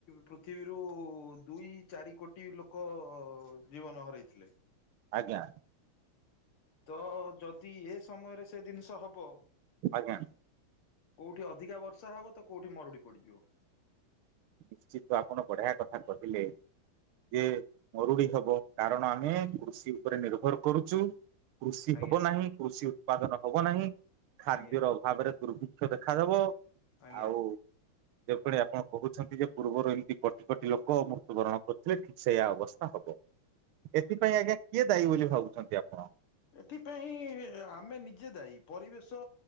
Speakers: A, on the left; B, on the right.
A: ପୃଥିବୀରୁ ଦୁଇ ଚାରି କୋଟି ଲୋକ ଜୀବନ ହରେଇଥିଲେ।
B: ଆଜ୍ଞା।
A: ତ ଯଦି ଏ ସମୟରେ ସେ ଜିନିଷ ହବ
B: ଆଜ୍ଞା।
A: କେଉଁଠି ଅଧିକା ବର୍ଷା ହେବ ତ କେଉଁଠି ମରୁଡ଼ି ପଡ଼ିଯିବ।
B: ନିଶ୍ଚିତ ଆପଣ ବଢିଆ କଥା କହିଲେ। ଯେ ମରୁଡି ହବ କାରଣ ଆମେ କୃଷି ଉପରେ ନିର୍ଭର କରୁଚୁ କୃଷି
A: ଆଜ୍ଞା।
B: ହବ ନାହିଁ କୃଷି ଉତ୍ପାଦନ ହବ ନାହିଁ ଖାଦ୍ୟର
A: ଆଜ୍ଞା
B: ଅଭାବରେ ଦୁର୍ଭି ଦେଖାଦବ
A: ଆଜ୍ଞା
B: ଆଉ ଯେଉଁପରି ଆପଣ କହୁଛନ୍ତି ଯେ ପୂର୍ବରୁ ଏମିତି କୋଟି କୋଟି ଲୋକ ମୃତ୍ୟୁବରଣ କରୁଥିଲେ ଠିକ୍ ସେୟା ଅବସ୍ଥା ହବ। ଏଥିପାଇଁ ଆଜ୍ଞା କିଏ ଦାୟୀ ବୋଲି ଭାବୁଛନ୍ତି ଆପଣ?
A: ଏଥିପାଇଁ ଆମେ ନିଜେ ଦାଇ ପରିବେଶ